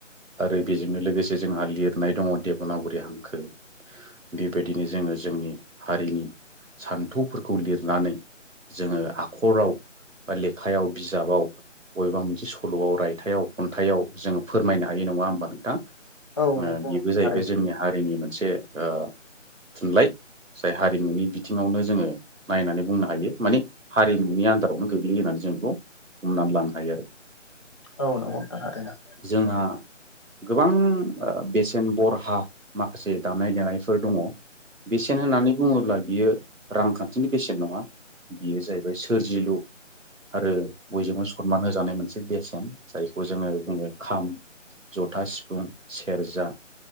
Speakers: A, on the right; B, on the left.
A: आरो बेजोंनो लोगोसे जोंहा लिरनाय दङ देब'नागरि हांखो। बेबायदिनो जोङो जोंनि हारिनि सान्थौफोरखौ लिरनानै जोङो आखराव बा लेखायाव बिजाबाव बबेबा मोनसे सल'आव रायथाइयाव खन्थाइाव जोङो फोरमायना हायो नङा होमबा नोंथां
B: औ
A: ओ
B: नंगौ नोंथां
A: बेबो जाहैबाय
B: थारैनो
A: जोंनि हारिनि मोनसे ओ थुनलाइ जाय हारिमुनि बिथिङावनो जोङो नायनानै बुंनो हायो माने हारिमुनि आन्दारावनो गोग्लैयो होननानै जों बेखौ। हमनानै लानो हायो आरो।
B: औ नोंथां आरोना।
A: जोंहा गोबां ओ बेसेन बरहा माखासे दामनाय देनायफोर दङ। बेसेन होननानै बुङोब्ला बियो रांखान्थिनि बेसेन नङा। बेयो जाहैबाय सोरजिलु आरो बयजोंबो सनमान होजानाय मोनसे बेसेन जायखौ जोङो बुङो खाम जथा सिफुं सेरजा